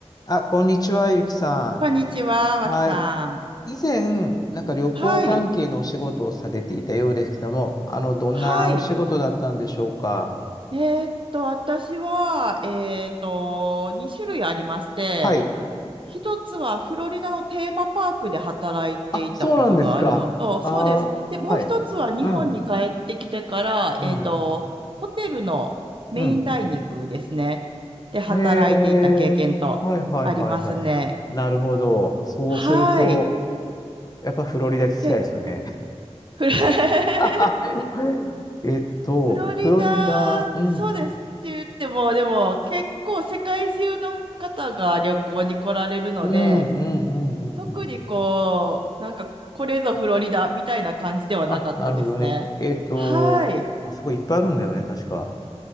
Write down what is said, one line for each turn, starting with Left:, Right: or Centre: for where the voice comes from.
Left: あ、こんにちは、ゆきさ
Right: こんにちは、わきさん。
Left: ん。はい。以前、なんか旅行関係のお仕事をされていたようですけども、
Right: はい。
Left: あの、どんなお仕事だったんでしょうか。
Right: はい。えーっと、私は、えーっと、2種類ありまして、
Left: はい。
Right: 一つはフロリダのテーマパークで働いていたことがあるのと、
Left: あ、そうなんですか。
Right: そうです。
Left: ああ、
Right: で、もう一つは日本に帰ってきてから、
Left: はい。うん、うん、
Right: えーっと、ホテルのメインダイニングですね。
Left: うん。
Right: で、働いていた経験とありますね。
Left: へえ。はいはいはいはい。なるほど。そうすると、
Right: はい。
Left: やっぱフロリダ聞きたいですよね。
Right: 結構、フル <laughs>
Left: <laughs> えっと、
Right: フロリダ、
Left: フロリダ、うん、
Right: そうですって言っても、でも結構世界中の方が旅行に来られるので、
Left: うん、うん、うん、
Right: 特にこう、
Left: うん。
Right: なんかこれぞフロリダみたいな感じではなかったですね。
Left: あ、なるほどね。えっと、
Right: はい。
Left: あそこいっぱいあるんだよね、確か。